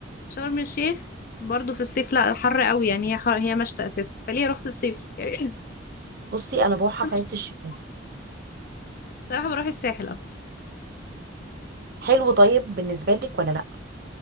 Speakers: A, on the left; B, on the right.
A: شرم الشيخ برضو في الصيف لا حر قوي يعني هي حر هي مشتى اساسا فليه اروح في الصيف يعني
B: بصي انا بروحها
A: <laughs>
B: في عز الشتاء
A: صراحه بروح الساحل اكتر
B: حلو طيب بالنسبه لك ولا لا